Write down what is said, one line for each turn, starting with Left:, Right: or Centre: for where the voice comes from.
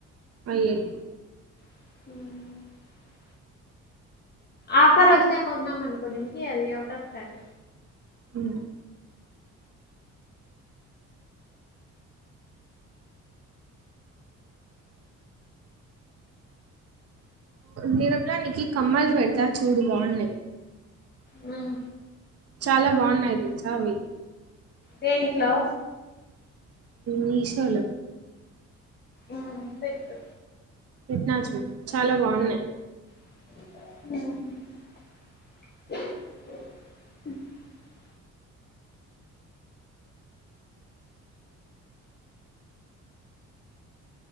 Right: అయి అయి
Left: అమ్ ఆఫర్ వస్తే కొందాం మని కొన్నిటింకి అది ఎవుట్ ఆఫ్ స్టాక్
Right: అమ్ నిరంలోనికి కమ్మలు పెడతా చూడు బాగున్నాయి
Left: ఉమ్
Right: చాలా బాగున్నాయి తెలుసా అవి
Left: రెండిట్లో
Right: మీషోలో
Left: ఆమ్ పెట్టుకుంటా
Right: విత్ నాచురల్ చాలా బాగున్నాయి
Left: అ